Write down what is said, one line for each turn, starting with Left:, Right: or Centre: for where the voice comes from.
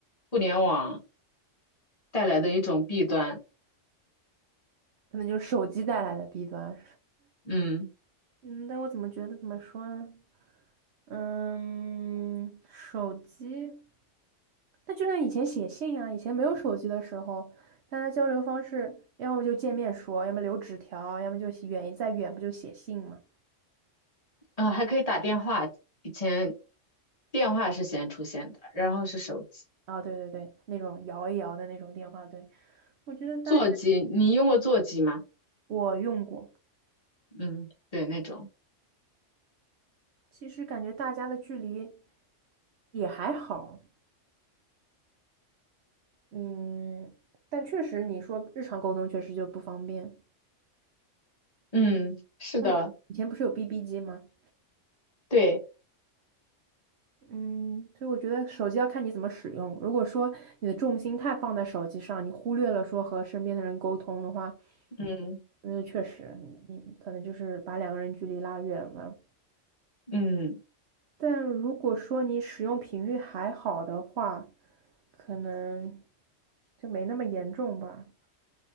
Left: 互联网带来的一种弊端。
Right: 可能就是手机带来的弊端。
Left: 嗯，
Right: 嗯，但我怎么觉得怎么说呢？嗯，手机，那就像以前写信啊，以前没有手机的时候，大家交流方式，要么就见面说，要么留纸条，要么就写远再远不就写信吗？
Left: 啊，还可以打电话，以前电话是先出现的，然后是手机、
Right: 啊，对对对，那种摇一摇的那种电话，对，我觉得大家
Left: 座机。
Right: <laughs>
Left: 你用过座机吗？
Right: 我用过，
Left: 嗯，对，那种。
Right: 其实感觉大家的距离也还好，嗯，但确实你说日常沟通确实就不方便。
Left: 嗯，是的，
Right: 嗯，以前不是有 BB 机吗？
Left: 对，
Right: 嗯，所以我觉得手机要看你怎么使用。如果说你的重心太放在手机上，你忽略了说和身边的人沟通的话，
Left: 嗯
Right: 嗯，确实，你你可能就是把两个人距离拉远了。
Left: 嗯，
Right: 但如果说你使用频率还好的话，可能就没那么严重吧。